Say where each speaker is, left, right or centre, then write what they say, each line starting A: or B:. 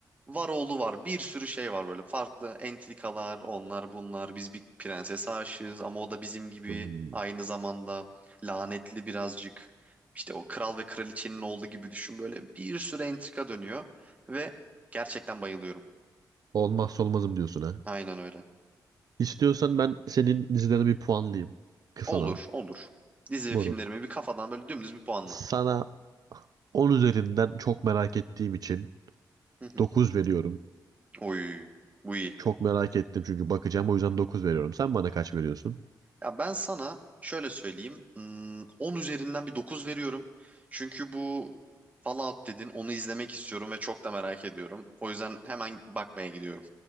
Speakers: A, on the right; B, on the right.
A: var oğlu var bir sürü şey var böyle farklı entrikalar onlar bunlar biz bir prensese aşığız ama o da bizim gibi
B: Hmm,
A: aynı zamanda lanetli birazcık işte o kral ve kraliçenin oğlu gibi düşün böyle bir sürü entrika dönüyor ve gerçekten bayılıyorum
B: Olmazsa olmazım diyorsun ha.
A: aynen öyle
B: İstiyorsan ben senin dizilerine bir puanlayayım. Kısadan.
A: olur olur dizi
B: Moruk.
A: ve filmlerimi bir kafadan böyle dümdüz bir puanla
B: Sana 10 üzerinden çok merak ettiğim için
A: Hı hı.
B: 9 veriyorum.
A: oy bu iyi
B: Çok merak ettim çünkü bakacağım o yüzden 9 veriyorum. Sen bana kaç veriyorsun?
A: Ya ben sana şöyle söyleyeyim. hmm, 10 üzerinden bir 9 veriyorum. Çünkü bu Fallout dedin, onu izlemek istiyorum ve çok da merak ediyorum. O yüzden hemen bakmaya gidiyorum.